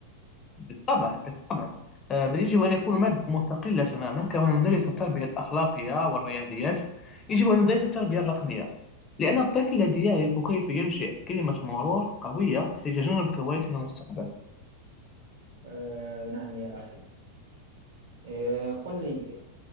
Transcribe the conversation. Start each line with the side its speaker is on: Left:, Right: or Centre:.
Left: بالطبع بالطبع أه، بل يجب أن يكون مادة مستقلة تماما كما ندرس التربية الأخلاقية والرياضيات يجب أن ندرس التربية الرقمية لأن الطفل الذي يعرف كيف ينشئ كلمة مرور قوية سيتجنب كوارث من المستقبل
Right: آه نعم يا أخي آه، قل لي